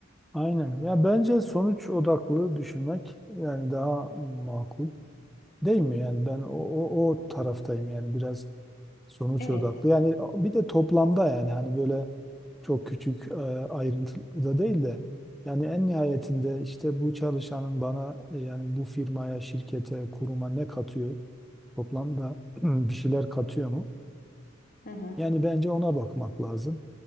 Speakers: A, in the centre; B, on the left.
A: Aynen. Ya bence sonuç odaklı düşünmek yani daha makul değil mi? Yani ben o, o, o taraftayım yani biraz. Sonuç
B: Evet.
A: odaklı. Yani bir de toplamda yani hani böyle çok küçük e, ayrıntıda değil de yani en nihayetinde işte bu çalışanın bana e, yani bu firmaya, şirkete, kuruma ne katıyor? Toplamda <clears throat> bir şeyler katıyor mu?
B: Hı hı.
A: Yani bence ona bakmak lazım.